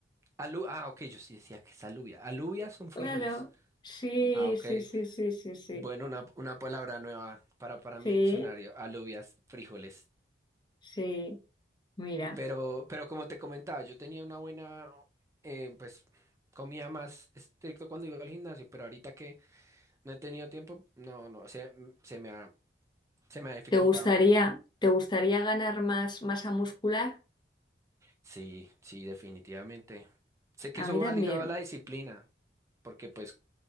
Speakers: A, on the right (about 15°); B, on the left (about 25°).
A: Alu- ah, ok, yo sí decía que es alubia. Alubias son frijoles.
B: Claro, sí,
A: Ah, ok.
B: sí, sí, sí, sí, sí,
A: Bueno, una, una palabra nueva para, para
B: sí,
A: mi diccionario, alubias, frijoles.
B: sí. Mira,
A: Pero, pero como te comentaba, yo tenía una buena, eh, pues, comida más estricto cuando iba al gimnasio, pero ahorita que no he tenido tiempo, no, no, se, se me ha, se me ha dificultado.
B: ¿te gustaría, te gustaría ganar más masa muscular?
A: Sí, sí, definitivamente. Sé que
B: A
A: eso
B: mí
A: va
B: también.
A: ligado a la disciplina, porque pues